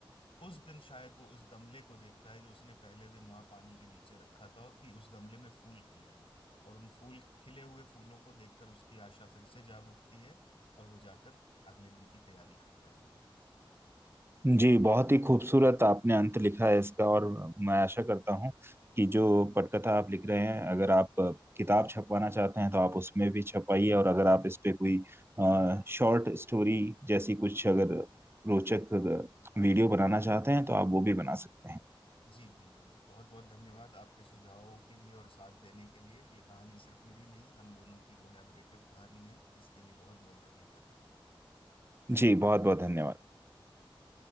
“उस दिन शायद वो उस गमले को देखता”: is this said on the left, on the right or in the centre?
Left